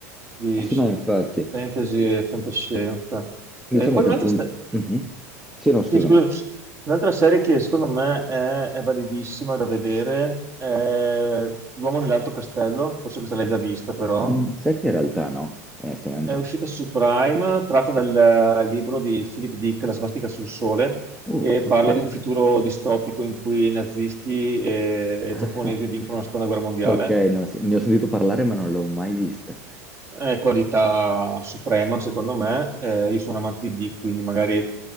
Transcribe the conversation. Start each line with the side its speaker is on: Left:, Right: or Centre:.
Right: di
Centre: Sì, no, infatti,
Right: fantasy e fantascienza.
Centre: diciamo
Right: Eh, poi
Centre: che
Right: un'altra
Centre: appunto...
Right: sta-
Centre: Mhm. Sì, no, scusami.
Right: sì, scusa, un'altra serie che secondo me è, è validissima da vedere è L'uomo nell'alto castello, forse questa l'hai già vista però,
Centre: Mm, sai che in realtà no, onestamente.
Right: è uscita su Prime, tratta dal eh, libro di Philip Dick, La svastica sul sole,
Centre: Uh,
Right: e
Centre: ok.
Right: parla di un futuro distopico in cui i nazisti e
Centre: <laughs>
Right: i giapponesi vincono la seconda guerra mondiale.
Centre: Ok, no, sì, ne ho sentito parlare ma non l'ho mai vista.
Right: È qualità suprema, secondo me. Eh, io sono amante di Dick, quindi magari